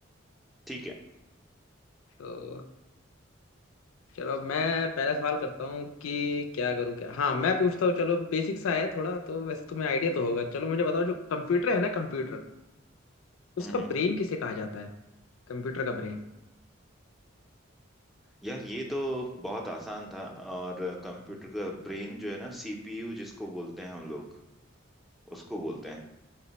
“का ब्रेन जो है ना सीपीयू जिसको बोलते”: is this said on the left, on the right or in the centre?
Centre